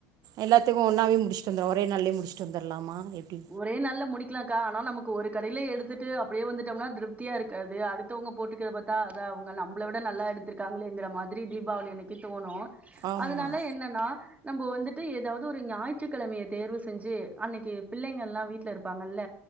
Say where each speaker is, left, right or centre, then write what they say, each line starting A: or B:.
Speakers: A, on the right (about 60°); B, on the right (about 20°).
A: எல்லாத்துக்கு ஒன்னாவே முடிச்சுட்டு வந்து ஒரே நாள்லே முடிச்சுட்டு வந்துரலாமா எப்டி
B: ஒரே நாள்ல முடிக்கலாம்க்கா ஆனா நமக்கு ஒரு கடைல எடுத்துட்டு அப்டியே வந்துட்டோம்னா திருப்தியா இருக்காது அடு த்தவங்க போட்டுக்கிற பாத்தா அதா அவுங்க நம்மள விட நல்லா எடுத்திருக்காங்களேங்கிற மாதிரி தீபாவளி அன்னைக்கு தோணு
A: ஆமாம்
B: அதனால என்னன்னா நம்ம வந்துட்டு ஏதாவது ஒரு ஞாயிற்றுக்கிழமய தேர்வு செஞ்சு அன்னைக்கு பிள்ளைங்கள்ல்லா வீட்ல இருப்பாங்கல்ல